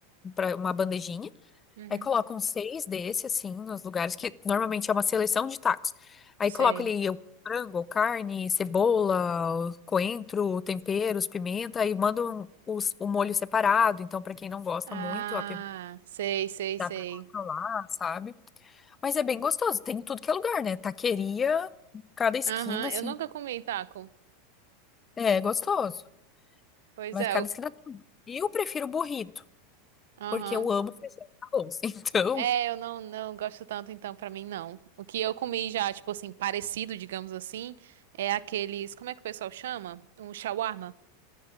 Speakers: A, on the left (about 20°); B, on the right (about 80°).
A: para uma bandejinha.
B: Uhum.
A: Aí colocam seis desse, assim, nos lugares que normalmente é uma seleção de tacos. Aí
B: Sei.
A: colocam ali o frango, ou carne, cebola, o coentro, temperos, pimenta, aí mandam os, o molho separado. Então, para quem não gosta
B: Ah,
A: muito, a
B: sei, sei,
A: dá
B: sei.
A: pra controlar, sabe? Mas é bem gostoso, tem em tudo que é lugar, né? Taqueria, cada esquina,
B: Aham,
A: assim,
B: eu nunca comi taco.
A: é gostoso,
B: Pois
A: mas
B: é,
A: cada
B: eu-
A: esquina tem. E eu prefiro burrito,
B: aham.
A: porque eu amo feijão com arroz. <laughs> Então,
B: É, eu não, não gosto tanto, então, pra mim, não. O que eu comi já, tipo assim, parecido, digamos assim, é aqueles. Como é que o pessoal chama? Um shawarma.